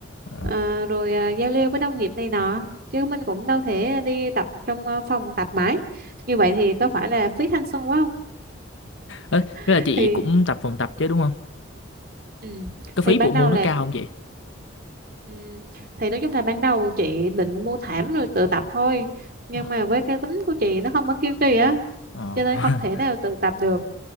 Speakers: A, on the left; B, on the right.
A: À.
B: Ờ, rồi à, giao lưu với đồng nghiệp này nọ chứ mình cũng đâu thể đi tập trong à, phòng tập mãi như vậy thì có phải là phí thanh xuân quá không
A: Ê,
B: <laughs>
A: thế là chị
B: thì
A: cũng tập phòng tập chứ đúng không?
B: ừ,
A: Cái
B: thì
A: phí
B: ban
A: bộ môn
B: đầu là
A: nó cao không chị?
B: ừ, thì nói chung là ban đầu chị định mua thảm rồi tự tập thôi nhưng
A: Ờ.
B: mà với cái tính của chị nó không có kiên trì á
A: Ờ.
B: cho nên
A: <laughs>
B: không thể nào tự tập được